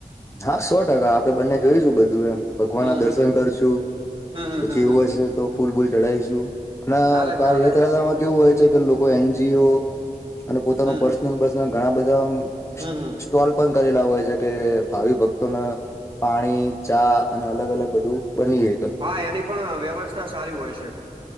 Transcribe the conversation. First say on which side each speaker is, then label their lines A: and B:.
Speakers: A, on the left; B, on the right.
A: હા સો ટકા, આપડે બંને જોઈશું બધું એમ. ભગવાન
B: હમ
A: ના દર્શન કરશું
B: હમ હમ
A: પછી
B: હમ
A: એવું
B: હમ
A: હશે તો, ફૂલ બૂલ ચઢાવીશું. અને
B: ચાલે
A: પાહી
B: ચાલે
A: આ રથયાતામાં કેવું હોય છે કે, લોકો એન જી ઓ અને પોતાનું
B: હમ
A: પર્સનલ બસ ઘણા બધા આમ
B: હમ હમ
A: ટોલ પણ કરેલા હોય છે, કે ભાવિ ભક્તોને પાણી, ચા અને અલગ અલગ બધું બની હકે
B: હા એની પણ વ્યવસ્થા સારી હોય છે.